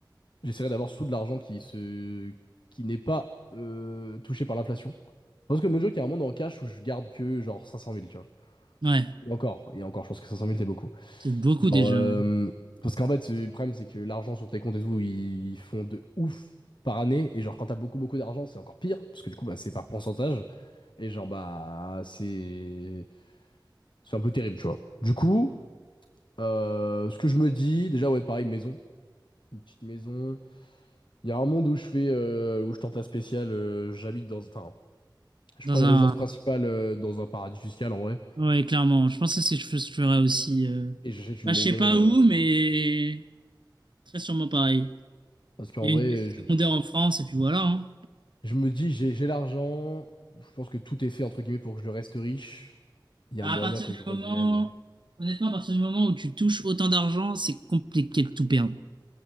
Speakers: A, on the left; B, on the right.
A: J'essaierais d'avoir sous de l'argent qui se... qui n'est pas euh, touché par l'inflation. Parce que le joke, il y a un monde en cash où je garde que genre 500 000, tu vois.
B: Ouais,
A: Et encore, et encore, je pense que 500 000, c'est beaucoup.
B: c'est beaucoup
A: Genre,
B: déjà.
A: euh,
B: ouais.
A: parce qu'en fait, le problème, c'est que l'argent sur tes comptes et tout, ils, ils font de ouf par année. Et genre, quand t'as beaucoup, beaucoup d'argent, c'est encore pire. Parce que du coup, bah, c'est par pourcentage. Et genre, bah, c'est c'est un peu terrible, tu vois. Du coup, euh, ce que je me dis, déjà, ouais, pareil, maison. Une petite maison. Il y a un monde où je fais, euh, où je tente la spéciale. euh, j'habite dans, enfin, je
B: Dans
A: prends une
B: un...
A: résidence principale euh, dans un paradis fiscal, en vrai.
B: Ouais, clairement. Je pense que c'est ce que je ferais aussi. euh,
A: Et j'achète
B: Bah,
A: une
B: je
A: maison.
B: sais pas
A: euh,
B: où, mais très sûrement pareil.
A: parce qu'en
B: Et
A: vrai,
B: une maison
A: je,
B: secondaire en France, et puis voilà. hein.
A: Je me dis, j'ai, j'ai l'argent. Je pense que tout est fait, entre guillemets, pour que je reste riche. Il y a
B: Bah,
A: moyen
B: À partir
A: que
B: du
A: je revienne.
B: moment... Honnêtement, à partir du moment où tu touches autant d'argent, c'est compliqué de tout perdre.